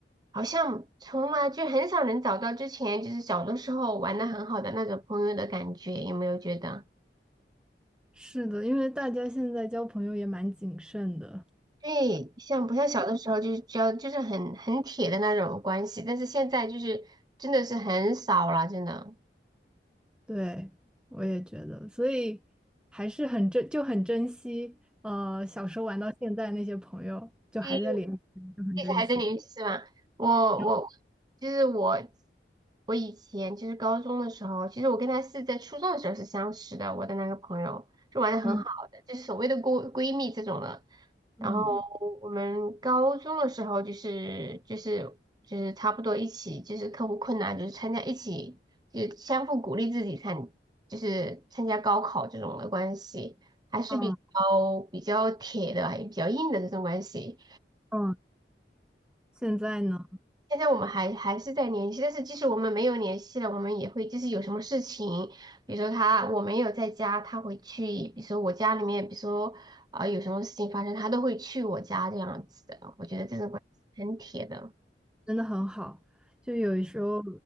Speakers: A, on the right; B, in the centre.
A: 好像从来就很少能找到之前就是小的时候玩的很好的那种朋友的感觉，有没有觉得？
B: 是的，因为大家现在交朋友也蛮谨慎的，
A: 对，像不像小的时候就是只要就是很很铁的那种关系，但是现在就是真的是很少了，真的。
B: 对，我也觉得，所以还是很珍，就很珍惜，呃，小时候玩到现在那些朋友，就还在联系，
A: 对
B: 就很珍惜。
A: 这次还在联系是吧？我我
B: 有，
A: 就是我，我以前就是高中的时候，其实我跟她是在初中的时候是相识的，我的那个朋友就玩的很好的，
B: 嗯
A: 就是所谓的闺闺蜜这种的。然后
B: 嗯
A: 我们高中的时候就是就是就是差不多一起就是克服困难，就是参加一起就是相互鼓励自己参就是参加高考这种的关系，还是比较比较铁的，
B: 嗯
A: 也比较硬的这种关系。
B: 嗯，现在呢，
A: 现在我们还还是在联系，但是即使我们没有联系了，我们也会就是有什么事情，比如说他我没有在家，他会去，比如说我家里面，比如说啊、有什么事情发生，他都会去我家这样子的。我觉得这种关系很铁的，
B: 真的很好，就有时候